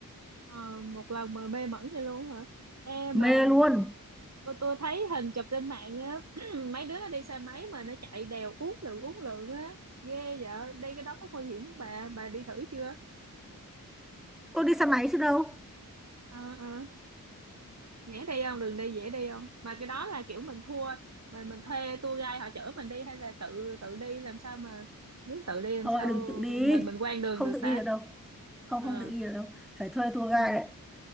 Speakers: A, on the right (about 50°); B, in the centre.
A: Ờ, một lần mà mê mẩn vậy luôn hả? Ê mà
B: mê luôn.
A: tôi, tôi thấy hình chụp trên mạng á, <clears throat> mấy đứa nó đi xe máy mà nó chạy đèo uốn lượn uốn lượn á, ghê vậy. Đi cái đó có nguy hiểm không bà? Bà đi thử chưa?
B: Tôi đi xe máy chứ đâu.
A: Ờ ờ, dễ đi không? Đường đi dễ đi không? Mà cái đó là kiểu mình thua, mà mình thuê tour guide họ chở mình đi hay là tự tự đi làm sao mà nếu tự đi làm
B: Thôi
A: sao
B: đừng tự đi.
A: mình mình quen đường
B: Không
A: được
B: tự
A: ta?
B: đi được đâu. Không
A: Ờ.
B: không tự đi được đâu. Phải thuê tour
A: Ừ.
B: guide đấy.